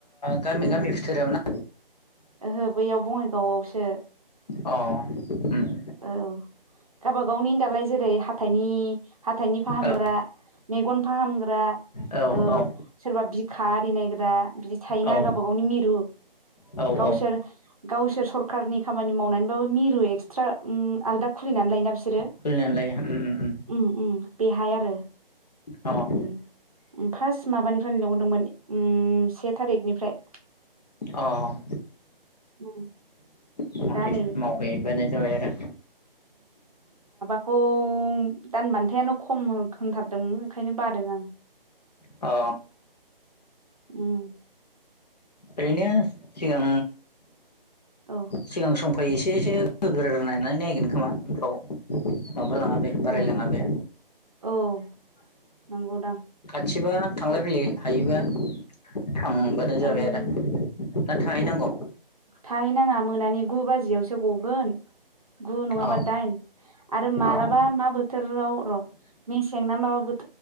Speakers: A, on the left; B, on the right.
A: गामि
B: ओ
A: गामि बिथोराव ना
B: ओहो बैयाव बङाइगावआवसो
A: अ ओम
B: औ गाबागावनि दालाय जेरै हाथाइनि हाथाइनि फाहामग्रा
A: औ
B: मेगन फाहामग्रा
A: औ
B: ओ सोरबा बिखा आरि नायग्रा बिदि थायोना
A: औ
B: गावबा गावनि मिरु,
A: औ
B: गावसोर
A: औ
B: गावसोर सरखारनि खामानि मावनानैबाबो मिरु एक्सट्रा ओम आलदा खुलिनानै लायोना बिसो बिसोरो
A: खुलिनानै लायो उम
B: ओम ओम बेहाय आरो
A: उम
B: ओम ओम फास्ट माबानिफ्रायनो लेंहरदोंमोन ओम से थारिकनिफ्राय
A: अ ओम
B: <unintelligible>
A: <unintelligible>
B: दा नै
A: मावहैबानो जाबाय आरो
B: औ दानबान्थायानो खम होग होनथारदोंमोन ओंखायनो बादों आं।
A: अ
B: ओम
A: ओरैनो सिगां
B: औ
A: सिगां सम फाय एसे एसे होग्रानानै नायगोन खोमा उनफ्राव। माबा लाङा बे बारायलाङा
B: औ
A: बे।
B: औ नोंगौदां।
A: थिगबा थांलाय फैलाय हायोबा थांबानो जाबाय
B: आं
A: आरो दा थाहैनांगौ?
B: थाहैनाङा मोनानि गु बाजियावसो गगोन गु नङाबा
A: अ
B: दाइन आरो मालाबा
A: अ
B: मा बोथोराव र' मेसेंना माबा बो